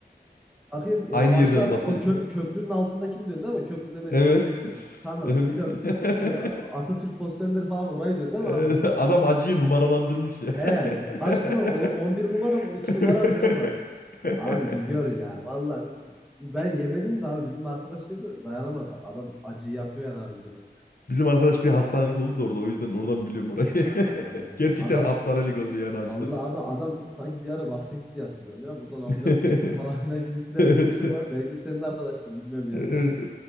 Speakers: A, in the centre; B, on the left (about 55°).
A: bakayım e,
B: Aynı
A: o
B: yerden
A: aşağı
B: bahsediyorsun.
A: o kö- köprünün
B: <laughs>
A: altındakini döndü ama köprünün hemen
B: Evet.
A: dibindeki.
B: <laughs>
A: Tamam
B: Evet.
A: biliyorum
B: <laughs>
A: şey Atatürk posterleri falan orayı döndü ama
B: Evet,
A: abi.
B: Adam acıyı numaralandırmış ya.
A: He kaç
B: <laughs>
A: numara? On- 11 numara mı 12 numara mı ne var? Abi bir gör
B: <laughs>
A: ya. Vallahi bir- ben yemedim de abi bizim arkadaş yedi dayanamadı. Adam acı yapıyor yani harbiden o.
B: Bizim arkadaş bir hastanelik oldu da orada o yüzden oradan biliyorum orayı.
A: Ee,
B: <laughs> Gerçekten
A: adam
B: hastanelik oldu yani acıdan.
A: vallahi abi adam sanki bir ara bahsetti diye hatırlıyorum ya. Buradan ambulansla
B: <laughs>
A: gitti falan <laughs> filan gibisinden
B: Evet.
A: böyle bir şey var. Belki de senin arkadaştır bilmiyorum yani.
B: Evet.